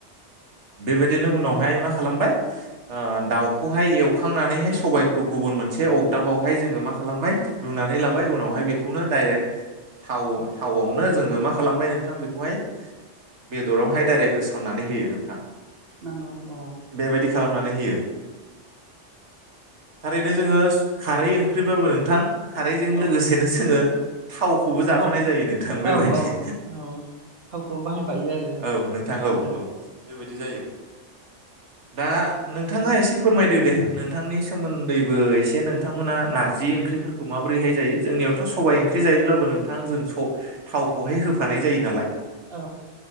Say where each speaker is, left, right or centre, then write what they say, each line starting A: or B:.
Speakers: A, on the right (about 70°); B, on the right (about 55°).
A: बेबायदिनो उनावहाय मा खालामबाय ओ दाउखौहाय एवखांनानैहाय सबाइखौ गुबुन मोनसे अगदाबावहाय जोङो मा खालामबाय रुनानै लाबाय उनावहाय बेखौनो डायरेक्ट थाव थावआवनो जोङो मा खालामबाय नोंथां बेखौहाय बेदरावहाय डाइरेक्ट होसननानै होयो नोंथां
B: नंगौ औ
A: बेबायदि खालामनानै होयो। थारैनो जोङो खारै ओंख्रिबाबो नोंथां। खारैजों
B: औ
A: लोगोसे जोङो थावखौबो जाफानाय
B: थावबो
A: जायो नोंथां बेबायदि
B: औ औ औ थावखौ बाहायफायो
A: औ नोंथां औ
B: आरो
A: औ बेबायदि जायो दा नोंथाङा एसे फोरमायदो दे नोंथांनि सोमोन्दैबो एसे नोंथांमोना नारजि ओंख्रिफोरखौ माबोरैहाय जायो। जोंनियावथ सबायाइ ओंख्रि जायोब्लाबो नोंथां जों स थावखौहाय होफानाय जायो नालाय।
B: औ